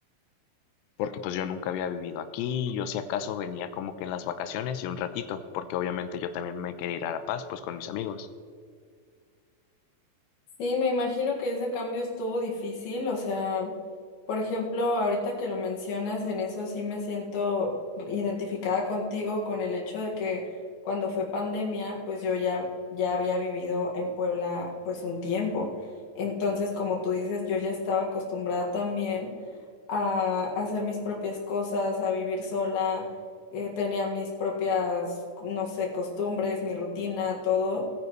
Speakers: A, on the left; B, on the left.
A: porque pues yo nunca había vivido aquí, yo si acaso venía como que en las vacaciones y un ratito, porque obviamente yo también me quería ir a La Paz, pues con mis amigos.
B: Sí, me imagino que ese cambio estuvo difícil, o sea, por ejemplo, ahorita que lo mencionas, en eso sí me siento identificada contigo con el hecho de que cuando fue pandemia, pues yo ya ya había vivido en Puebla pues un tiempo. Entonces, como tú dices, yo ya estaba acostumbrada también a hacer mis propias cosas, a vivir sola, eh, tenía mis propias, no sé, costumbres, mi rutina, todo.